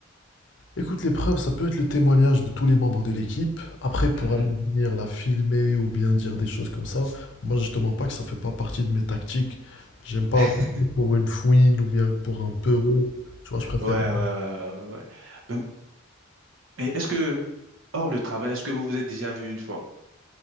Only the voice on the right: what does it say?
Mhm.
<laughs>
Ouais, ouais,
ouais, ouais, ouais. ouais. Ben, et est-ce que, hors le travail, est-ce que vous vous êtes déjà vu une fois?